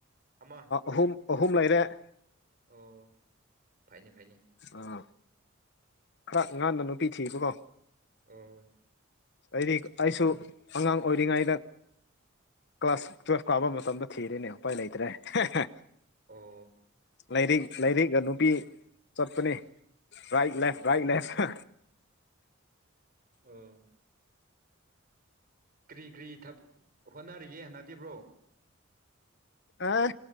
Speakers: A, on the right; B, on the left.
A: ꯑꯃ
B: ꯑꯍꯨꯝ ꯑꯍꯨꯝ ꯂꯩꯔꯦ
A: ꯑꯣ ꯐꯩꯅꯦ ꯐꯩꯅꯦ
B: ꯑꯥ ꯈꯔ ꯉꯟꯅ ꯅꯨꯄꯤ ꯊꯤꯕꯀꯣ
A: ꯑꯣ
B: ꯑꯩꯗꯤ ꯑꯩꯁꯨ ꯑꯉꯥꯡ ꯑꯣꯏꯔꯤꯉꯩꯗ ꯀ꯭ꯂꯥꯁ ꯇꯨꯋꯦꯜꯐ ꯀꯥꯕ ꯃꯇꯝꯗ ꯊꯤꯔꯤꯅꯦ ꯎꯄꯥꯏ ꯂꯩꯇ꯭ꯔꯦ ꯍꯥ ꯍꯥ
A: ꯑꯣ
B: ꯂꯥꯏꯔꯤꯛ ꯂꯥꯏꯔꯤꯛ ꯅꯨꯄꯤ ꯆꯠꯄꯅꯤ ꯔꯥꯏꯠ ꯂꯥꯏꯐ
A: ꯑꯣ
B: ꯔꯥꯏꯠ ꯂꯥꯏꯐ
A: ꯑꯥ ꯀꯔꯤ ꯀꯔꯤ ꯊꯥ ꯍꯣꯠꯅꯔꯤꯒꯦ ꯍꯟꯅꯗꯔ꯭ꯤꯕꯣ
B: ꯑꯦ